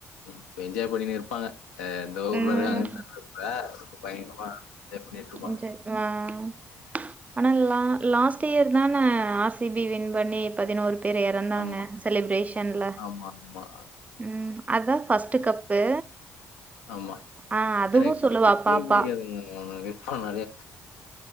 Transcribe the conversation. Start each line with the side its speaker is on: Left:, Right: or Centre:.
Left: இப்ப என்ஜாய் பண்ணிட்டு இருப்பாங்க எந்த ஊர்ல
Right: உம்
Left: இருக்காங்கன்னு தெர்லங்க பயங்கரமா எப்டிருக்கு
Right: ம் சேரி ஆஹ் ஆனா லா லாஸ்ட் இயர் தானே ஆர் சி பி வின் பண்ணி பதினோரு பேரு எறந்தாங்க
Left: ஆமா,
Right: செலிப்ரேஷன்ல
Left: ஆமா, ஆமா,
Right: ம் அதா ஃபர்ஸ்ட்டு கப்பு
Left: ஆமா
Right: ஆஹ் அதுவும்
Left: எனக்கு
Right: சொல்லுவா
Left: பிடிக்கவே
Right: பாப்பா
Left: புடிக்காதுங்க ஆனாவே ஆ நறையா